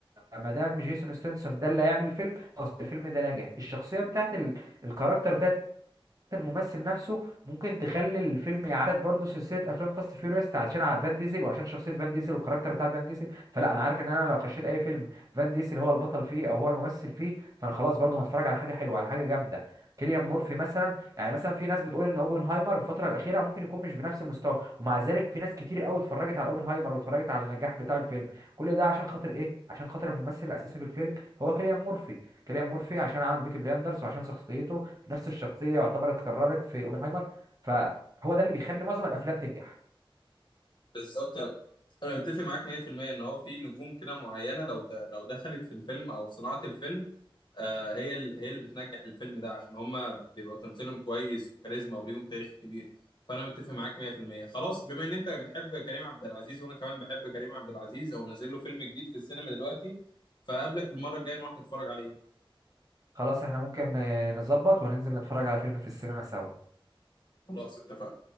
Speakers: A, on the right; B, on the left.
A: ما دام جيسون ستنسون ده اللي هيعمل الفيلم خلاص الفيلم ده ناجح الشخصيه بتاعت ال... الكاركتر الممثل نفسه ممكن تخلي الفيلم يعالج برضه سلسله افلام فاست فيوريوس عشان على فان ديزل وعشان شخصيه فان ديزل والكاركتر بتاع فان ديزل فلا انا عارف ان انا لو خشيت اي فيلم فان ديزل هو البطل فيه او هو الممثل فيه فانا خلاص برضه هتفرج على حاجه حلوه على حاجه جامده كيليان مورفي مثلا يعني مثلا في ناس بتقول ان اوبنهايمر الفتره الاخيره ممكن يكون مش بنفس المستوى ومع ذلك في ناس كتير قوي اتفرجت على اوبنهايمر واتفرجت على النجاح بتاع الفيلم كل ده عشان خاطر ايه عشان خاطر الممثل الاساسي في الفيلم هو كيليان مورفي كيليان مورفي عشان عمل بيكي بلاندرز وعشان شخصيته نفس الشخصيه يعتبر اتكررت في اوبنهايمر فهو ده اللي بيخلي معظم الافلام تنجح
B: بالظبط انا متفق معاك 100% ان هو في نجوم كده معينه لو د... لو دخلت في الفيلم او صناعه الفيلم آه هي ال... هي اللي بتنجح الفيلم ده عشان هم بيبقوا تمثيلهم كويس وكاريزما وليهم تاريخ كبير فانا متفق معاك 100% خلاص بما ان انت بتحب كريم عبد العزيز وانا كمان بحب كريم عبد العزيز او نازل له فيلم جديد في السينما دلوقتي فقابلك المره الجايه نروح نتفرج عليه
A: خلاص احنا ممكن آه، نظبط وننزل نتفرج على فيلم في السينما سوا
B: خلاص اتفقنا